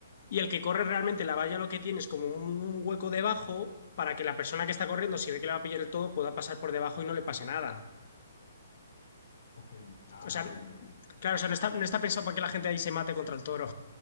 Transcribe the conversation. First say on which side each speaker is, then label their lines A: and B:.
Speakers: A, on the left; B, on the left.
A: Y el que corre realmente la valla lo que tiene es como un hueco debajo para que la persona que está corriendo, si ve que le va a pillar el todo, pueda pasar por debajo y no le pase nada.
B: ok. Ah,
A: O sea,
B: entiendo, entiendo.
A: claro, o sea, no está, no está pensado para que la gente ahí se mate contra el toro.